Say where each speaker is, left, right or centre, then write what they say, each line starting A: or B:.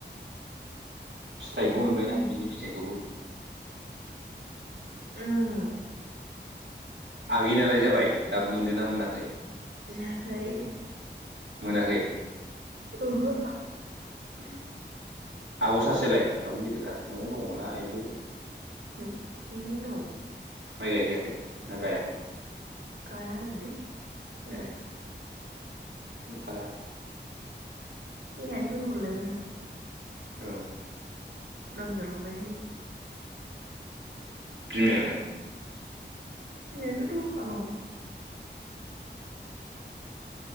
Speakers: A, on the right; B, on the right.
A: फिथाइखौ
B: बिदिनो
A: मोनबाय ना
B: जायो
A: बिनि फिथाइखौबो।
B: उम
A: आगैनालाय जाबाय दाबो मोनदोंना मोनाखै?
B: जायाखै
A: मोनाखै
B: ओहो।
A: उम आब' सासेलाय आब' गिदिरा न'आव दंङना इबो?
B: न'-न'आवनो दं।
A: माइ गायहैयाखै, ना गाया?
B: गायानोलै मालाय।
A: ए ओंखारा?
B: देहायानो दुरब'ललै बेना।
A: औ।
B: लोमजा लुबाय <unintelligible>
A: बिमायालाय?
B: बिमायाथ' दखानाव।